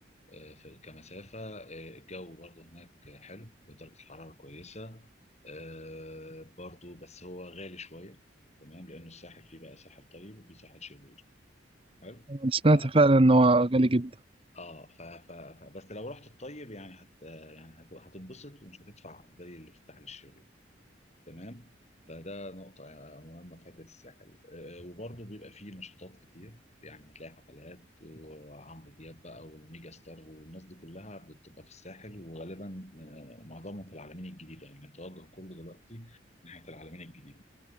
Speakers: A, on the left; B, on the right.
A: آه، في كمسافة آه، الجو برضو هناك حلو درجة الحرارة كويسة آه، برضو بس هو غالي شوية تمام لأنه الساحل فيه بقى ساحل طيب وفيه ساحل شرير حلو
B: انا سمعت
A: ف
B: فعلا ان هو غالي جدا
A: اه ف... ف... ف... بس لو رحت الطيب يعني هت يعني هت... هتنبسط ومش هتدفع زي اللي في الساحل الشرير تمام فده نقطة مهمة في حتة الساحل آه، وبرضه بيبقى فيه نشاطات كتير يعني هتلاقي حفلات وعمرو دياب بقى والميجا ستار والناس دي كلها بتبقى في الساحل وغالبا آه، معظمهم في العلمين الجديدة يعني التوجه كله دلوقتي ناحية العلمين الجديدة